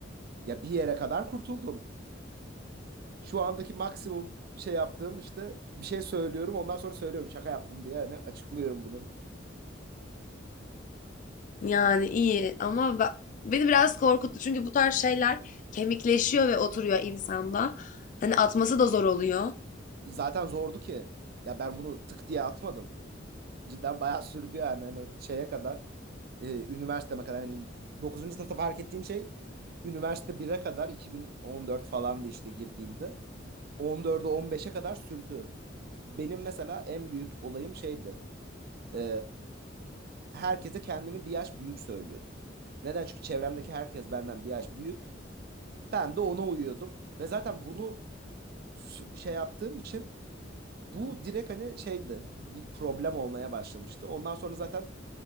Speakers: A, on the right; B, on the left.
A: Ya bir yere kadar kurtuldum. Şu andaki maksimum şey yaptığım işte bir şey söylüyorum ondan sonra söylüyorum şaka yaptım diye hani açıklıyorum bunu.
B: Yani, iyi ama be beni biraz korkuttu. Çünkü bu tarz şeyler kemikleşiyor ve oturuyor insanda. Hani, atması da zor oluyor.
A: Zaten zordu ki. Ya ben bunu tık diye atmadım. Cidden bayağı sürdü yani hani şeye kadar e, üniversiteme kadar yani 9. sınıfta fark ettiğim şey üniversite bire kadar 2014 falandı işte girdiğimde. 14'e 15'e kadar sürdü. Benim mesela en büyük olayım şeydi. e, herkese kendimi bir yaş büyük söylüyordum. Neden? Çünkü çevremdeki herkes benden bir yaş büyük. Ben de ona uyuyordum. Ve zaten bunu sü- şey yaptığım için bu direkt hani şeydi. Bir problem olmaya başlamıştı. Ondan sonra zaten